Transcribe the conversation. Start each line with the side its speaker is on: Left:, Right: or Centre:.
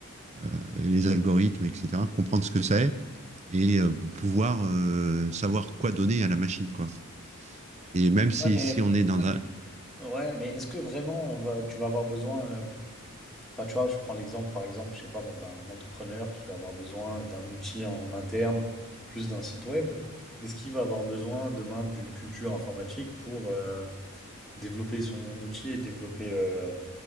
Right: euh, les algorithmes, etc. Comprendre ce que c'est et euh, pour pouvoir euh, savoir quoi donner à la machine, quoi. Et même si,
Centre: Ouais mais
Right: si on est dans un...
Centre: ouais mais est-ce que vraiment on va tu vas avoir besoin euh, enfin tu vois, je prends l'exemple par exemple, je sais pas moi d'un entrepreneur qui va avoir besoin d'un outil en interne plus d'un site web. Est-ce qu'il va avoir besoin demain d'une culture informatique pour euh, Développer son outil et développer, heu